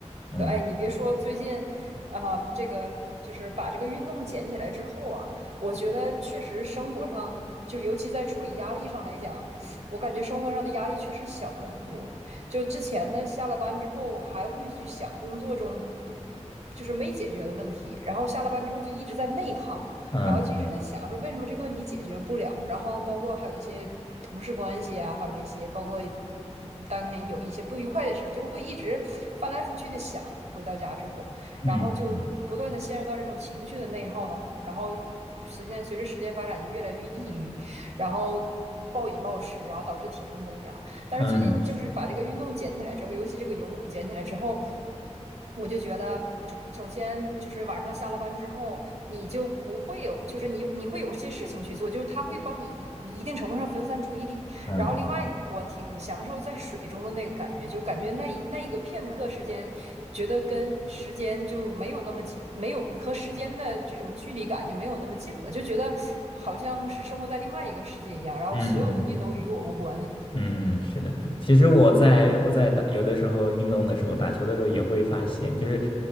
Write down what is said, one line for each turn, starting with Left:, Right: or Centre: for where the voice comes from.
Left: 嗯
Right: 对，哎，你别说，最近，啊、这个就是把这个运动捡起来之后啊，我觉得确实生活上，就尤其在处理压力上来讲，我感觉生活上的压力确实小了很多。就之前呢，下了班之后还会去想工作中就是没解决的问题，然后下了班之后就一直在内耗。
Left: 嗯嗯
Right: 然后就一直在想说为什么这个问题解决不了，然后包括还有一些同事关系啊，还有这些，包括嗯当天有一些不愉快的事就会一直翻来覆去的想。回到家之后，
Left: 嗯嗯
Right: 然后就不断的陷入到这种情绪的内耗当中，然后时间随着时间发展就越来越抑郁，然后。暴饮暴食，然后导致体重增加。但是最近就是把这个运动捡起来之后，
Left: 嗯，是，
Right: 尤其这个游泳捡起来之后，我就觉得，首先就是晚上下了班之后，你就不会有，就是你有你会有些事情去做，就是它会帮你一一定程度上分散注意力。
Left: 嗯
Right: 然后另外，我挺享受在水中的那个感觉，就感觉那一那一个片刻时间，觉得跟时间就没有那么近，没有和时间的这种距离感就没有那么近了，就觉得好像是生活在另外一个世界一样，然后所有东西都与我无关。
Left: 嗯嗯嗯。嗯嗯嗯，是的，是的。其实我在我在打有的时候运动的时候，打球的时候也会发现，就是，